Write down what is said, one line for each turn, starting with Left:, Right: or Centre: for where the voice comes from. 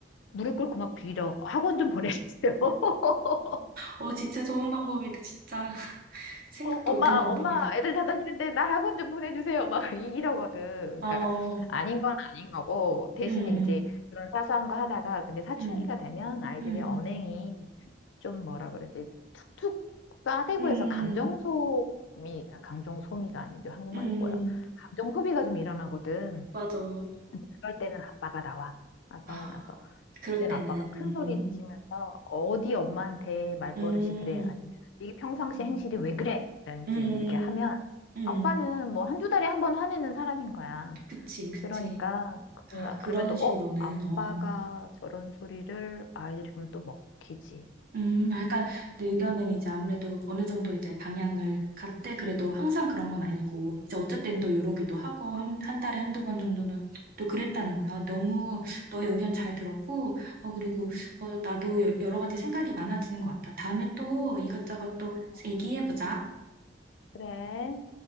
Left: 무릎 꿇고 막 빌어. 학원 좀 보내주세요. <laughs>
Right: 어, 진짜 좋은 방법이다. 진짜 <laughs> 생각도
Left: 어, 엄마,
Right: 못한 방법이다.
Left: 엄마, 애들 다 다니는데 나 학원 좀 보내주세요. 막 <laughs> 이러거든.
Right: 어,
Left: 그러니까 아닌 건 아닌 거고, 대신
Right: 음,
Left: 이제 그런 사소한 거 하다가, 근데 사춘기가
Right: 음,
Left: 되면 아이들이
Right: 음,
Left: 언행이 좀 뭐라 그러지, 툭툭 싸대고
Right: 음,
Left: 해서 감정 소미, 감정 소미가 아니죠. 한국말이
Right: 음,
Left: 꼬여. 감정 소비가 좀 일어나거든.
Right: 맞아. 어,
Left: 그럴 때는 아빠가 나와. 아빠가
Right: 아,
Left: 나서.
Right: 그럴
Left: 그때는
Right: 때는,
Left: 아빠가 큰
Right: 음,
Left: 소리 치면서 어디 엄마한테 말버릇이
Right: 음,
Left: 그래? 아니면 이게 평상시
Right: 음,
Left: 행실이 왜 그래? 라든지
Right: 음,
Left: 이렇게 하면
Right: 음.
Left: 아빠는 뭐 한두 달에 한 번 화내는 사람인 거야.
Right: 그치, 그치.
Left: 그러니까 그
Right: 아, 그런
Left: 그러면 또
Right: 식으로는,
Left: 어? 아빠가
Right: 어.
Left: 저런 소리를 아이들이 그럼 또 먹히지.
Right: 음, 아, 약간 내 의견은 이제 아무래도 어느 정도 이제 방향을 갔대 그래도 항상 그런 건 아니고 이제 어쨌든 또 요러기도 하고 한, 한 달에 한 두 번 정도는 또 그랬다는 거네. 요 너무 너의 의견 잘 들었고 어 그리고
Left: 음,
Right: 어 나도 여- 여러 가지 생각이 많아지는 것 같아. 다음에 또 이것저것 또
Left: 어,
Right: 얘기해 보자.
Left: 그래.